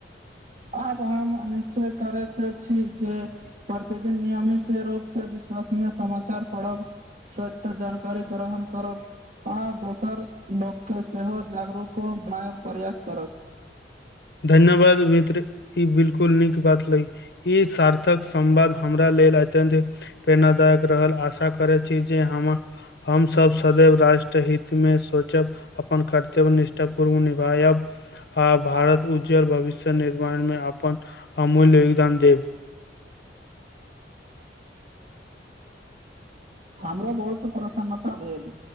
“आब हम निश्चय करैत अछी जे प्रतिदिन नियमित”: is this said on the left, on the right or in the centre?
Right